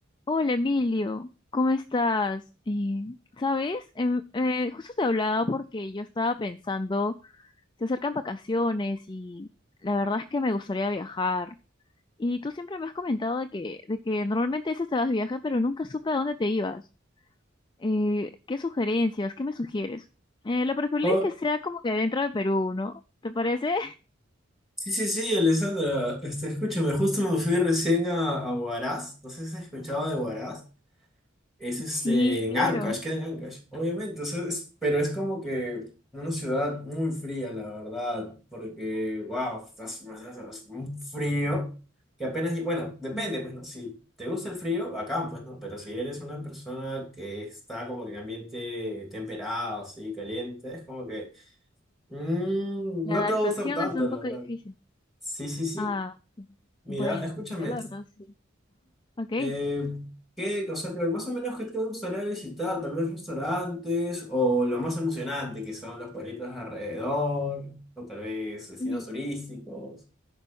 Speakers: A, on the left; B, in the centre.
A: Hola Emilio, ¿cómo estás? Eh, ¿sabes? Em, eh, justo te hablaba porque yo estaba pensando, se acercan vacaciones y la verdad es que me gustaría viajar. Y tú siempre me has comentado de que, de que normalmente a veces te vas de viaje, pero nunca supe a dónde te ibas. Eh, ¿qué sugerencias? ¿Qué me sugieres? Eh, lo preferible
B: Oh,
A: es que sea como que dentro de Perú, ¿no? ¿Te parece?
B: sí, sí, sí, Alessandra. Este, escúchame, justo me fui recién a, a Huaraz. No sé si has escuchado de Huaraz. Es
A: <laughs>
B: este,
A: Sí,
B: en
A: claro.
B: Ancash, queda en Ancash, obviamente. o sea, es- pero es como que una ciudad muy fría, la verdad. Porque, wow, estás, estás- estás- un frío que apenas. Bueno, depende,
A: Mm,
B: pues, ¿no? Si te gusta el frío, acá, pues, ¿no? Pero si eres una persona que está como que en ambiente temperado, así, caliente, es como que. mm,
A: La
B: no
A: adaptación
B: te va a gustar tanto,
A: es un
B: la
A: poco
B: verdad.
A: difícil.
B: Sí, sí, sí.
A: Ah,
B: Mira,
A: bueno,
B: escúchame.
A: yo la verdad sí. Ok.
B: eh, ¿qué, o sea, pero más o menos qué te gustaría visitar? Tal vez restaurantes o lo más emocionante que son los pueblitos alrededor o tal vez destinos
A: Mi-
B: turísticos.